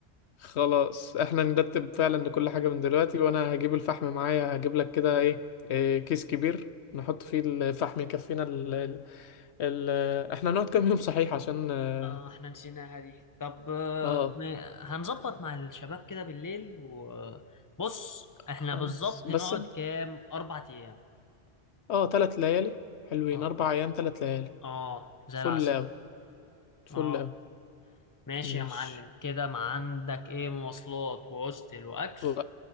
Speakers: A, on the left; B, on the left.
A: خلاص احنا نرتب فعلا كل حاجة من دلوقتي وانا هجيب الفحم معايا هجيب لك كده ايه, إيه كيس كبير نحط فيه الفحم يكفينا ال... ال... ال... احنا نقعد كام يوم صحيح عشان اه
B: اه احنا نسيناها دي طب آه،
A: آه،
B: ما- هنظبط مع الشباب كده بالليل وبص احنا
A: خلاص
B: بالظبط
A: بس
B: نقعد
A: إن-
B: كام اربع ايام
A: اه تلات ليالي حلوين
B: اه
A: اربع ايام تلات ليالي
B: اه زي
A: فل
B: العسل
A: اوي فل
B: اه
A: اوي
B: ماشي
A: ماشي
B: يا معلم كده ما عندك ايه مواصلات وهوستل واكل
A: و...